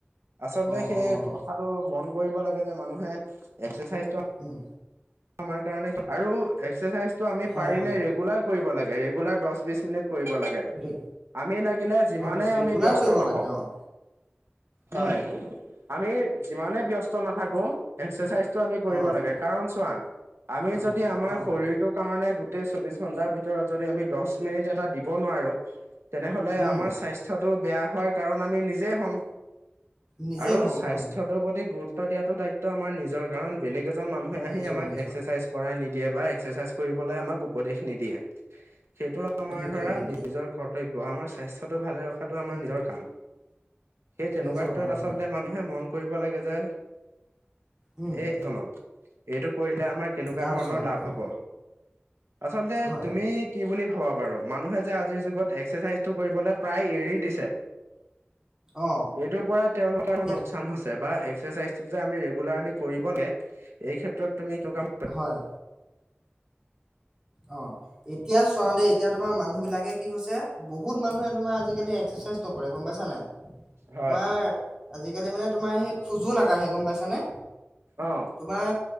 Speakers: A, on the right (about 70°); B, on the right (about 15°).
A: আচলতে
B: অ
A: সেই
B: অ
A: কথাটো মন কৰিব লাগে যে মানুহে একাৰচাইজ
B: উম।
A: আমাৰ কাৰণে কি আৰু এক্সাৰচাইজটো আমি
B: হয়,
A: পাৰিলে
B: হয়,
A: ৰেগুলাৰ কৰিব লাগে। ৰেগুলাৰ দহ, বিশ মিনিট কৰিব লাগে
B: ৰে
A: আমি লাগিলে যিমানে
B: হয়, ৰেগুলাৰ
A: আমি ব্যস্ত
B: কৰিব
A: নহওঁ।
B: লাগে অ', উম,
A: হয়। আমি যিমানে ব্যস্ত নাথাকো এক্সাৰচাইজ টো আমি কৰিব
B: অ',
A: লাগে কাৰণ চোৱা আমি
B: হয়,
A: যদি আমাৰ
B: অ',
A: শৰীৰটো কাৰণে গোতেই চৌবিশ ঘন্টাৰ ভিতৰত যদি আমি দহ মিনিট এটা দিব নোৱাৰো। তেনেহলে
B: উম,
A: আমাৰ স্বাস্থ্যটো বেয়া হোৱাৰ কাৰণ আমি নিজেই হ'ম।
B: নিজে
A: আৰু
B: হ'ম
A: স্বাস্থ্যটোৰ
B: হয়,
A: প্ৰতি গুৰুত্ব দিয়াত দায়িত্ব আমাৰ নিজৰ কাৰণ বেলেগ এজন মানুহে আহি
B: নিজৰ
A: আমাক
B: নিজৰ
A: এক্সাৰচাইজ কৰা নিদিয়ে বা এক্সাৰচাইজ কৰিবলৈ আমাক উপদেশ নিদিয়ে সেইটো আমাৰ
B: নিদিয়ে
A: ধৰা
B: নিদিয়ে
A: নিজৰ কৰ্তব্য আমাৰ স্বাস্থ্টো ভালে ৰখাটো আমাৰ
B: উম,
A: নিজৰ কাম। সেই তেনেকুৱা
B: নিজৰ
A: ক্ষেত্ৰত
B: কাম
A: আচলতে
B: হয়,
A: মানুহে মন কৰিব লাগে যে
B: উম,
A: এই শুনক এইটো কৰিলে আমাৰ কেনেকুৱা
B: লাভজনক
A: ধৰণৰ লাভ
B: হয়,
A: হ'ব। আচলতে
B: হয়,
A: তুমি কি বুলি ভাবা বাৰু মানুহে যে আজিৰ যুগ <unintelligible> এক্সাৰচাইজটো কৰিবলে প্ৰায় এৰি দিছে।
B: অ',
A: এইটোৰ পৰা তেওঁলোকৰ <unintelligible>
B: সেই
A: লোকচান হৈছে। বা এক্সাৰচাইজটো যে আমি ৰেগুলাৰলি কৰিব লাগে, এই ক্ষেত্ৰত তুমি <unintelligible>
B: হয়, অ' এতিয়া চোৱা দেই এতিয়া তোমাৰ মানুহবিলাকে কি হৈছে, বহুত মানুহে তোমাৰ আজিকালি এক্সেছ ছেজ নকৰে গ'ম পাইছা নাই। তোমাৰ
A: হয়
B: আজিকালি মানে তোমাৰ সেই খোজো নাকাঢ়ে গ'ম পাইছানে।
A: অ'
B: তোমাৰ